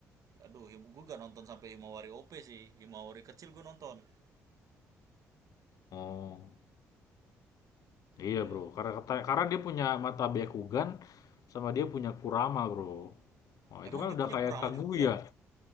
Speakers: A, on the right; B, on the left.
A: aduh gue gak nonton sampai Himawari OP sih Himawari kecil gue nonton
B: oh iya
A: iya
B: bro karena kata- karena dia punya mata Byakugan sama dia punya Kurama bro oh
A: emang
B: itu kan
A: dia
B: udah
A: punya
B: kayak
A: Kurama
B: Kaguya
A: juga